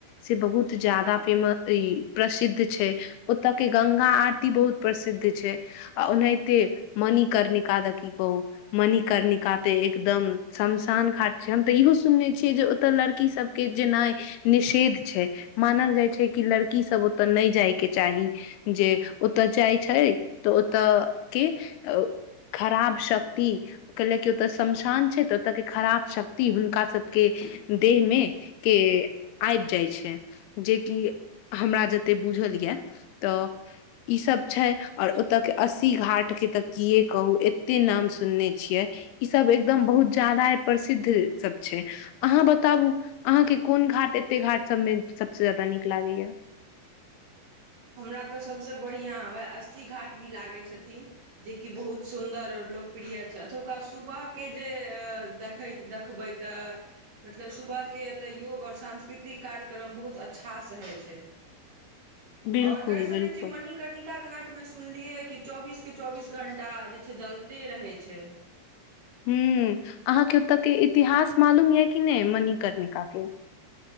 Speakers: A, on the left (about 80°); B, on the right (about 55°).
A: से बहुत जादा फेमस ई प्रसिद्ध छै, ओतय के गंगा आरती बहुत प्रसिद्ध छै आ ओनाहिते मणिकर्णिका के की कहू मणि कर्णिका ते एकदम शमशान घाट छै हम तऽ इहो सुनने छियै जे ओतऽ लड़की सबके जेनाइ निषेध छै मानल जाइ छै कि लड़की सबके ओतय नहि जाय के चाही। जे ओतय जाइ छै तऽ ओतऽ के खराब शक्ति कैलक ओतऽ श्मशान छै तऽ ओतऽ के खराब शक्ति हुनका सब के देह में के आबि जाइ छै जेकि हमरा जते बुझल ये तऽ इ सब छै और ओते के अस्सी घाट के ते की कहू एते नाम सुनने छियै ई सब एकदम बहुत जादा प्रसिद्ध सब छै अहाँ बताबु अहाँके कोन घाट एते घाट सभ में सबसे ज्यादा नीक लगैये।
B: हमरा तऽ सबसे बढ़ियां वैह अस्सी घाट भी लागे छथिन। जेकि बहुत सुन्दर आओर लोकप्रिय छैथ ओतुका सुबहके जे देखैत देखबै तऽ मतलब सुबहके एतय योग आओर सांस्कृतिक कार्यक्रम बहुत अच्छासँ होइ छै।
A: <inaudible>
B: आओर कहि
A: बिल्कुल
B: सकैत छी मणिकर्णिका का घाट मे सुनलियै कि चौबीस के चौबीस घण्टा जे छै जलते रहै छै।
A: हुं अहाँके ओते के इतिहास मालूम ये कि नै मणिकर्णिका के